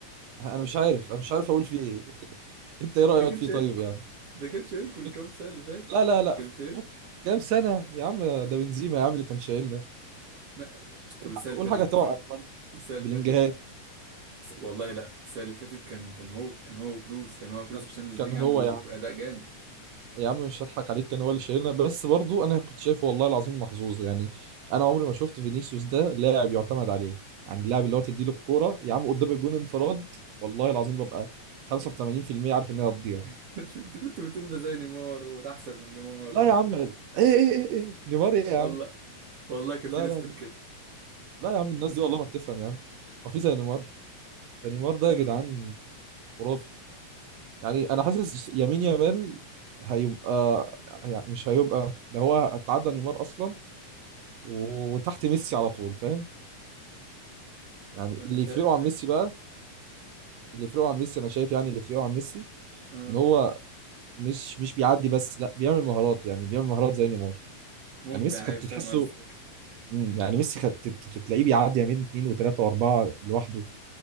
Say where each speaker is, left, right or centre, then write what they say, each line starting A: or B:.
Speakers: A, on the right; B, on the right.
A: انا مش عارف انا مش عارف اقول فيه ايه <laughs> انت ايه رايك
B: ده كان
A: فيه
B: شايلكوا
A: طيب يعني
B: ده كان شايلكوا الكام
A: انت
B: سنة اللي فاتت
A: لا لا لا
B: كان شايلكوا
A: فك كام سنه يا عم ده بنزيما يا عم اللي كان شايلنا
B: ما... طب
A: قول
B: السنة
A: ح- قول
B: اللي فاتت
A: حاجه توعى
B: السنة
A: بلينجهام
B: اللي فاتت س- والله لا السنة اللي فاتت كان كان هو كان هو وكروز كان هو وكروز
A: كان
B: في الشامبيونز
A: كان
B: ليج
A: هو
B: عملوا
A: يا عم
B: أداء جامد
A: يا عم مش هضحك عليك كان هو اللي شايلنا بس برضو انا كنت شايفه والله العظيم محظوظ يعني انا عمري ما شفت فينيسيوس ده لاعب يعتمد عليه يعني اللاعب اللي هو تديله الكوره يا عم قدام الجون انفراد والله العظيم ببقى 85% عارف ان هي هتضيع
B: <laughs> انت كنت بتقول ده زي نيمار وده أحسن من نيمار
A: لا
B: و...
A: يا عم ايه ايه ايه إيه؟ نيمار ايه يا
B: والله
A: عم
B: والله كان
A: لا
B: في ناس
A: لا
B: تقول
A: لا
B: كده
A: لا يا عم الناس دي والله ما بتفهم يا عم هو في زي نيمار ده نيمار ده
B: أنا
A: يا جدعان خرافي يعني انا حاسس يمين يامال هيبقى يعني مش هيبقى ده هو اتعدى نيمار اصلا وتحت ميسي على طول فاهم يعني
B: أنا
A: اللي
B: شا...
A: يفرقه عن ميسي بقى اللي يفرقه عن ميسي انا شايف يعني اللي يفرقه عن ميسي
B: آه
A: ان هو مش مش بيعدي بس لا بيعمل مهارات يعني بيعمل مهارات زي نيمار
B: ممتع
A: يعني ميسي كانت
B: أيوه فاهم
A: تحسه
B: قصدك
A: مم، يعني ميسي كانت تت- تت- تلاقيه بيعدي يمين اثنين وثلاثه واربعه لوحده